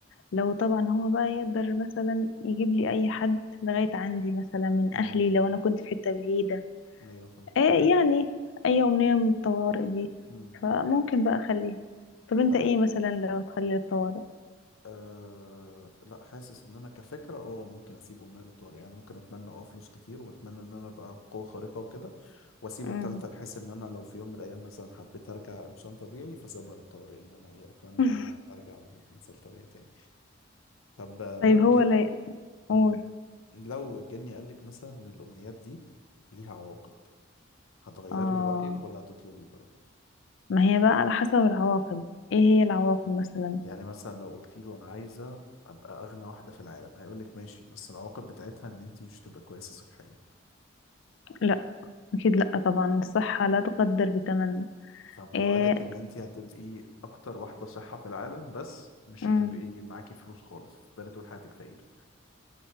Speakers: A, on the left; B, on the left.
A: لو طبعا هو بقى يقدر مثلا يجيب لي اي حد لغايه عندي مثلا من
B: امم
A: اهلي لو انا كنت في حته بعيده
B: ايوه فاهم
A: ايه يعني اي امنية من الطوارئ دي
B: امم
A: فممكن بقى اخليها طب انت
B: طب
A: ايه مثلا لو تخلي الطوارئ
B: أه لا حاسس ان انا كفكره اه ممكن اسيب امنيه للطوارئ يعني ممكن اتمنى اه فلوس كتير واتمنى ان انا ابقى بقوه خارقه وكده واسيب
A: مم.
B: التالتة بحيث ان انا لو في يوم من الايام مثلا حبيت ارجع انسان طبيعي فسيبها للطوارئ ان انا ايه اتمنى
A: <laughs>
B: ان انا ارجع انسان طبيعي تاني طب آه، ممكن
A: طيب هو لا يقول
B: مم. لو الجني قال لك مثلا ان الامنيات دي ليها عواقب هتغيري
A: اه
B: رايك ولا هتطلبي برضه
A: ما هي بقى على حسب العواقب ايه هي العواقب مثلا
B: يعني مثلا لو قلت له انا عايزه ابقى اغنى واحده في العالم هيقول لك ماشي بس العواقب بتاعتها ان انت مش هتبقى كويسه صحيا
A: لا اكيد لا طبعا الصحة لا تقدر بثمن
B: طب لو
A: ايه
B: قالك ان انت هتبقي اكتر واحدة صحة في العالم بس مش
A: مم.
B: هتبقي معاكي فلوس خالص هتفضلي طول حياتك فقير